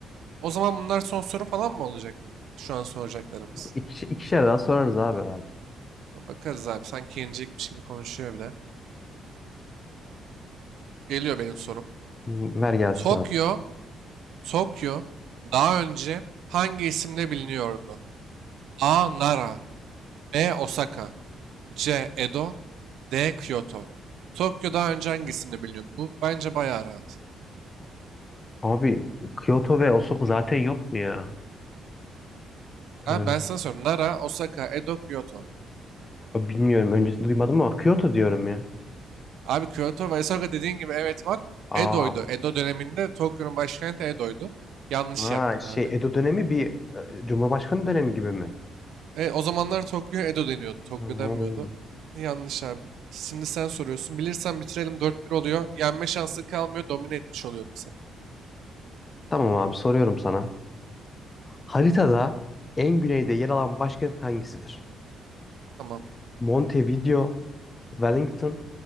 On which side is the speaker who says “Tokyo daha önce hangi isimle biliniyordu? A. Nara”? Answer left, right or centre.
Right